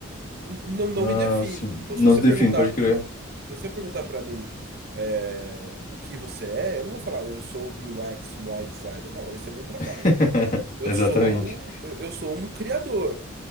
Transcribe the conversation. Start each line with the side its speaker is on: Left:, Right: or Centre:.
Right: n- Não, não
Left: Ah,
Right: me define.
Left: sim.
Right: Então,
Left: Não
Right: se você
Left: se define,
Right: perguntar,
Left: pode crer.
Right: se você perguntar para mim, eh, o que você é, eu não vou falar eu sou UX, UI designer. Não, esse é meu trabalho.
Left: <laughs>
Right: Eu
Left: Exatamente.
Right: sou, eu eu sou um criador.